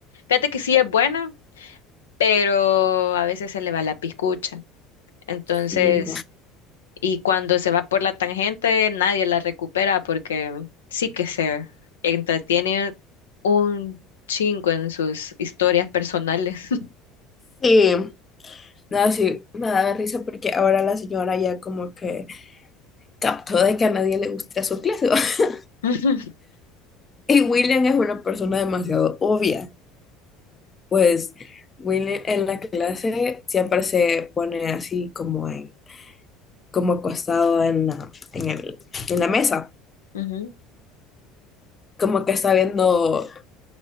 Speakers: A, on the left; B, on the left.
A: fíjate que sí es buena, pero a veces se le va la piscucha. Entonces,
B: sí.
A: y cuando se va por la tangente, nadie la recupera porque sí que se entretiene un chingo en sus historias personales.
B: Sí, nada, sí, me da risa porque ahora la señora ya como que captó de que a nadie le gusta su clase. <laughs>
A: <laughs>
B: Y William es una persona demasiado obvia. Pues Will en la clase siempre se pone así como en, como acostado en la, en el, en la mesa,
A: Ujú.
B: como que está viendo